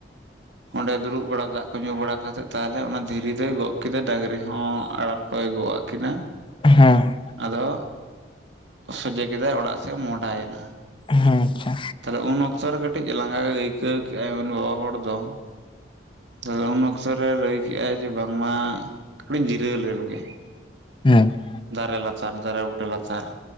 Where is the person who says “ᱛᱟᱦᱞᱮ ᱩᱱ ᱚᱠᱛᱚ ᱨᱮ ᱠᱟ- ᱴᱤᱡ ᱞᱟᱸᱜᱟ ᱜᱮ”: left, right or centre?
Right